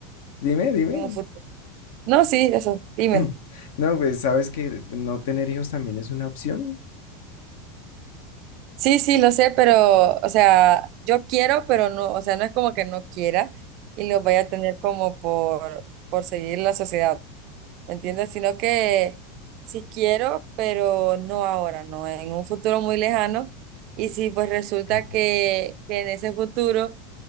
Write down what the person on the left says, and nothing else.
Dime, dime.
<clears throat> No, pues, ¿sabes que no tener hijos también es una opción?
<clears throat>